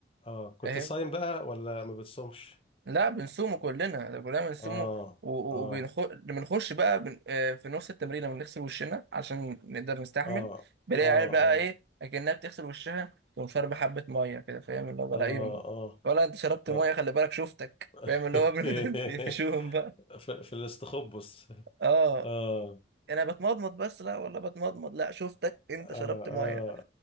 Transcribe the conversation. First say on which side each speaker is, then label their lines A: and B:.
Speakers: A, on the left (about 30°); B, on the right (about 65°).
A: اه كنت
B: فاهم
A: صايم بقى ولا ما بتصومش
B: لا بنصومه كلنا ده كلنا بنصومه
A: اه
B: وبنخش
A: اه
B: بنخش بقى بن... آه، في نص التمرين لما بنغسل وشنا عشان نقدر نستحمل
A: اه
B: بلاقي
A: اه
B: عيال بقى
A: اه
B: ايه اكنها بتغسل وشها تقوم شاربة حبة مية كده فاهم اللي هو
A: اه
B: بقى ايه
A: اه
B: ولا انت شربت
A: آه.
B: مية خلي بالك شفتك
A: <laughs>
B: فاهم اللي هو بنقعد
A: في,
B: <laughs> نقفشوهم بقى
A: في الاستخبص آه.
B: اه
A: آه.
B: انا بتمضمض بس لا والله بتمضمض لا شفتك انت
A: آه.
B: شربت مية
A: آه.